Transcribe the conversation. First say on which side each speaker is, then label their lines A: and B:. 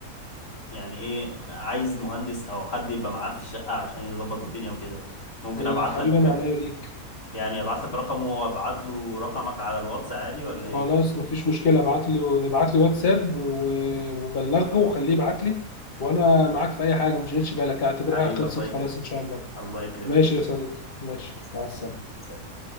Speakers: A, on the left (about 75°); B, on the left (about 40°).
A: يعني ايه عايز مهندس او حد يبقى معاه في الشقة عشان يظبط الدنيا وكده ممكن
B: يا
A: ابعت
B: حبيبي
A: لك
B: انا عينيا ليك
A: يعني ابعت لك رقمه وابعت له رقمك على الواتس عادي ولا
B: خلاص
A: ايه
B: مفيش مشكلة ابعت له ابعت لي واتساب و- وبلغه وخليه يبعت لي وانا معاك في اي حاجة ما تشغلش
A: حبيبي
B: بالك اعتبرها
A: حبيبي
B: خلصت
A: الله يكرم
B: خلاص ان شاء الله
A: الله يكرمك
B: ماشي
A: حبيبي
B: يا صديقي ماشي
A: ماشي يا صاحبي.
B: مع السلامة
A: سلام